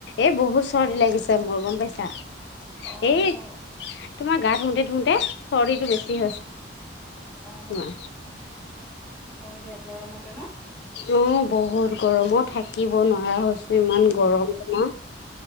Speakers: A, on the left; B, in the centre.
A: এই বহুত চৰ্দি
B: অ
A: লাগিছে মোৰ গম পাইছা।
B: অ'
A: এই তোমাৰ গা ধুওঁতে ধুওঁতে চৰ্দিটো বেছি
B: উম অ
A: হৈছে।
B: হয় দিয়া গৰমতে ন?
A: অ' বহুত গৰমত থাকিব নোৱাৰা হৈছোঁ। ইমান
B: নোৱাৰে
A: গৰম তোমাৰ
B: উম